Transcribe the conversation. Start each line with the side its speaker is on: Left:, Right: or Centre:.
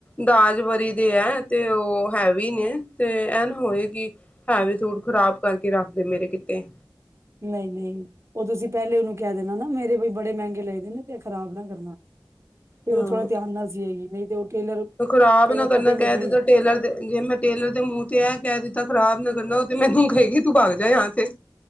Left: ਦਾਜ, ਵਰੀ ਦੇ ਹੈ। ਤੇ ਉਹ ਹੈਵੀ ਨੇ ਤੇ ਐਨ ਹੋਏ ਕਿ ਹੈ ਵੀ ਸੂਟ ਖ਼ਰਾਬ ਕਰਕੇ ਰੱਖਦੇ ਮੇਰੇ ਕਿੱਤੇ।
Right: ਨਹੀਂ- ਨਹੀਂ ਉਹ ਤੁਸੀਂ ਪਹਿਲੇ ਉਹਨੂੰ ਕਹਿ ਦੇਣਾ ਨਾ ਮੇਰੇ ਵੀ ਬੜੇ ਮਹਿੰਗੇ ਲਏਦੇ ਨੇ ਤੇ ਖ਼ਰਾਬ ਨਾ ਕਰਨਾ। ਫੇਰ
Left: ਹਾਂ
Right: ਉਹ ਥੋੜ੍ਹਾ ਧਿਆਨ ਨਾਲ ਸੀ ਹੈਗੀ। ਨਹੀਂ ਤੇ ਉਹ ਟੇਲਰ
Left: ਖ਼ਰਾਬ
Right: ਕਈ
Left: ਨਾ
Right: ਵਾਰ
Left: ਕਰਨਾ
Right: ਕਟਿੰਗ
Left: ਕਹਿ
Right: ਚ ਵੀ
Left: ਦਿੱਤਾ ਟੇਲਰ ਦੇ। ਜੇ ਮੈਂ ਟੇਲਰ ਦੇ ਮੂੰਹ ਤੇ ਇਹ ਕਹਿ ਦਿੱਤਾ ਖ਼ਰਾਬ ਨਾ ਕਰਨਾ। ਉਹ ਤੇ ਮੈਨੂੰ ਕਹੀ ਗਈ ਤੂੰ ਬਗ ਜਾ ਜਾਆਸੇ।